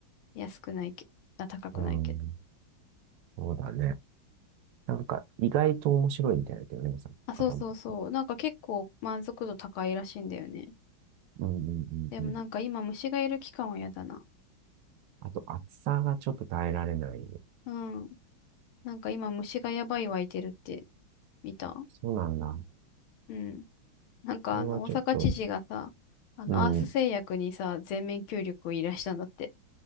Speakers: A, on the left (about 80°); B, on the right (about 70°).
A: 安くないけ、あ、高くないけど。
B: うん。そうだね。なんか、意外と面白いみたいだけどね、大阪万博。
A: あ、そうそうそう。なんか結構満足度高いらしいんだよね。
B: うんうんうんうん。
A: でもなんか今虫がいる期間は嫌だな。
B: あと、暑さがちょっと耐えられない。
A: うん。なんか今虫がやばい湧いてるって見た
B: そうなんだ。
A: うん。なんかあの大阪知事がさ、
B: それはちょっと、
A: あのアース製薬にさ、
B: うん。
A: 全面協力を依頼したんだって。